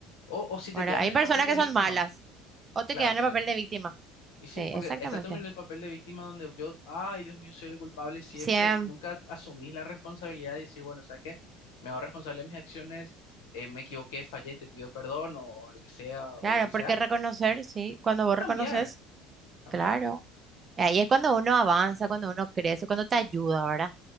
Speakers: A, on the left (about 80°); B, on the right (about 30°).
A: O, o si te
B: ¿verdad?
A: quedas
B: Hay
A: en el
B: personas
A: papel de
B: que
A: víctima.
B: son malas o te
A: Claro,
B: quedan en
A: sí.
B: el papel de víctima.
A: Y sí,
B: Sí,
A: porque
B: exactamente.
A: está también el papel de víctima donde yo, ay, Dios mío, soy el culpable siempre
B: Siempre.
A: y nunca asumís la responsabilidad de decir, bueno, ¿sabes qué? Me hago responsable de mis acciones, eh, me equivoqué, fallé, te pido perdón o al que sea o
B: Claro,
A: lo que
B: porque
A: sea.
B: reconocer, sí, cuando
A: Y
B: vos
A: cambiar,
B: reconoces,
A: cambiar,
B: claro. Ahí es cuando uno avanza, cuando uno crece, cuando te ayuda, ¿verdad?